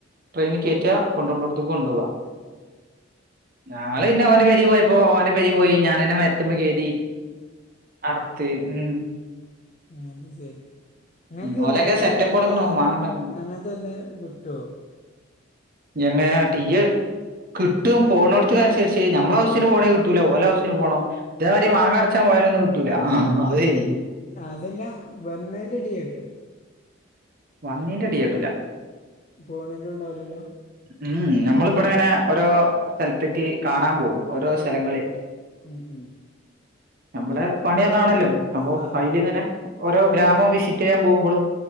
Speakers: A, on the right; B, on the left.
A: ട്രെയിനില് കേറ്റാ കൊണ്ടന്നടത്തേക്ക് കൊണ്ടോവാ ഞങ്ങള് പിന്നെ ഓന്റെ പെരിപോയപ്പോ ഓന്റെ പെരിപോയി ഞാനന്നെ മരത്തുമ്മെ കേറ്റി അർത്തെ ഉം
B: അത് സെരി ഇങ്ങക്ക്
A: ഉം. ഓലൊക്കെ
B: മറ്റേ
A: സെറ്റപ്പുകളൊക്കെ
B: ടി എ ഒന്നും
A: വാങ്ങണ്ടാക്കാൻ
B: അങ്ങനത്തെ എന്തേ കിട്ടു ട്ടോ
A: ഞങ്ങയാ ടി എ കിട്ടും പോണോടത്തുക്കനുസരിച്ച് ഞമ്മളെ ഹൗസിന് പോണേ കിട്ടൂല ഓല ഹൗസിന് പോണം ഇതേമാതിരി മാങ്ങ പറിച്ചാൻ പോയാലൊന്നും കിട്ടൂല ആഹാ അത് ശെരി
B: ഇതെല്ലാം വന്നേൻറ്റേ ടി എ കിട്ടും
A: വന്നേന്റേ ടിയേട്ടൂല
B: ഫോണിലും ഉണ്ടാവില്ലല്ലോ
A: ഉം ഞമ്മളിബ്ടിങ്ങനെ ഓരോ സ്ഥലത്തിക്ക് കാണാൻ പോവും ഓരോ സ്ഥലങ്ങള്
B: ഉം ഉം
A: ഞമ്മളെ പണി അതാണല്ലോ അപ്പൊ
B: ആ ആ
A: അയിലിങ്ങനെ ഓരോ ഗ്രാമം വിസിറ്റെയ്യാൻ പോവുമ്പളും